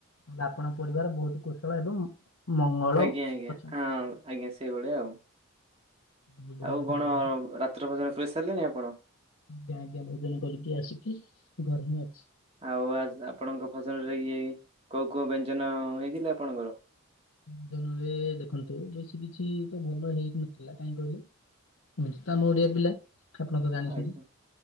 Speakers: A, on the left; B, on the right.
A: ତାହେଲେ ଆପଣଙ୍କ ପରିବାର ବହୁତ କୁଶଳ ଏବଂ ମଙ୍ଗଳ
B: ଆଜ୍ଞା ଆଜ୍ଞା
A: ଅଛନ୍ତି।
B: ହଁ। ଆଜ୍ଞା ସେଇଭଳିଆ ଆଉ,
A: ବହୁତ ବଢିଆ
B: ଆଉ
A: କଥା
B: କଣ
A: କହିଲେ ଭାଇ
B: ରାତ୍ର ଭୋଜନ କରିସାରିଲେଣି ଆପଣ?
A: ଆଜ୍ଞା ଆଜ୍ଞା ଭୋଜନ କରିକି ଆସିକି ଗରମ ଅଛି।
B: ଆଉ ଆଜ ଆପଣଙ୍କ ଭୋଜନରେ ଇଏ କୋଉ କୋଉ ବ୍ୟଞ୍ଜନ ହେଇଥିଲେ ଆପଣଙ୍କର?
A: ବ୍ୟଞ୍ଜନରେ-ଏ-ଏ-ଏ ଦେଖନ୍ତୁ ବେଶୀ କିଛି-ଇ ତ ଭଲ ହେଇ ନଥିଲା କାହିଁ କହିଲେ ତ ଓଡିଆ ପିଲା ଆପଣ ତ ଜାଣିଛନ୍ତି
B: ଆଜ୍ଞା